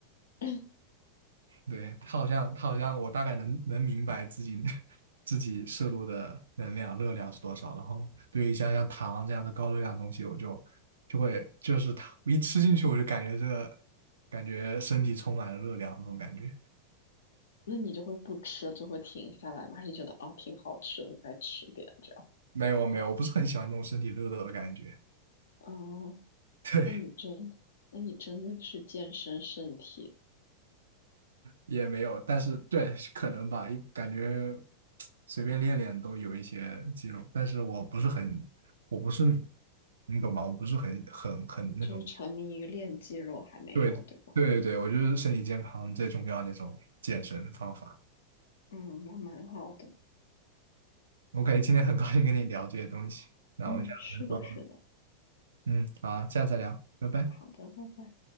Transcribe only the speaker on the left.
<clears throat>
那你就会不吃，就会停下来嘛？还是你觉得哦挺好吃的，再吃点这样？
哦，
那你真，那你真的是健身身体，
就是沉迷于练肌肉还没有，
对吧？
嗯，那蛮好的。
嗯，是的，是的。
好的，拜拜。